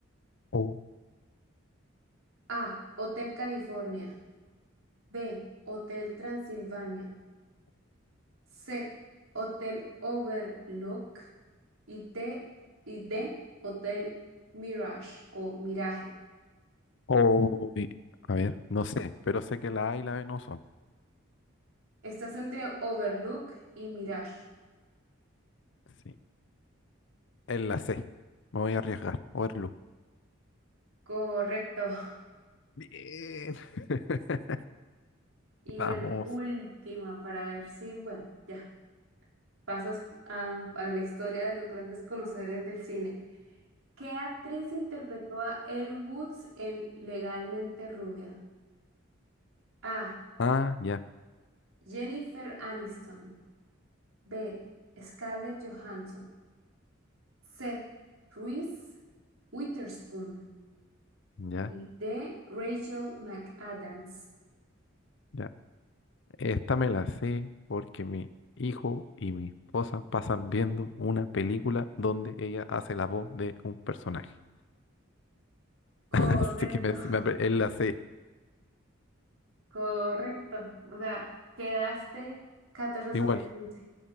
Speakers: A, on the left; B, on the right.
A: oh,
B: A. Hotel California. B. Hotel Transilvania. C, Hotel Overlook y T y D, Hotel Mirage o Mirage.
A: oh. Y- a ver, no sé, pero sé que la A y la B no son.
B: Estás entre Overlook y Mirage.
A: Sí. Es la C. Me voy a arriesgar. Overlook.
B: Correcto. <laughs>
A: Bien. <laughs>
B: Y
A: Vamos.
B: bueno, última para ver si, bueno, ya pasas a, a la historia de los grandes conocedores del cine. ¿Qué actriz interpretó a Elle Woods en Legalmente Rubia? A.
A: Ah, ya,
B: Jennifer Aniston. B. Scarlett Johansson. C. Reese Witherspoon
A: ya,
B: y D. Rachel McAdams.
A: ya. Esta me la sé porque mi hijo y mi esposa pasan viendo una película donde ella hace la voz de un personaje. <laughs>
B: Correcto,
A: Así que me- me
B: <laughs>
A: apre- él la sé
B: correcto. O sea, quedaste catorce sobre
A: igual.
B: 15,